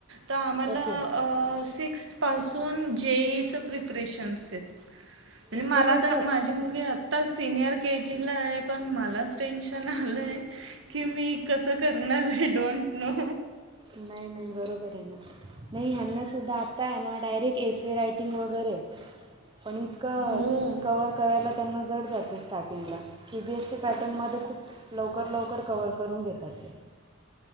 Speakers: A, on the right (about 65°); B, on the right (about 25°).
A: तर आम्हाला
B: ओके
A: सिक्स्थ पासून जेई च प्रिपरेशनस आहेत म्हणजे
B: इतक्या
A: मला
B: लवकर
A: माझी मुलगी आता सीनियर के जीला आहे पण मलाच टेन्शन आलंय की मी कसं करणार आहे डोंट नो
B: नाही नाही बरोबर आहे ना नाही हनासुद्धा आत्ताय ना डायरेक्ट एस रायटिंग वगैरे पण इतकं
A: हो
B: कवर करायला त्यांना जड जातस स्टार्टिंगला सी बी एस सी पॅटर्नमध्ये खूप लवकर लवकर कवर करून घेतात ते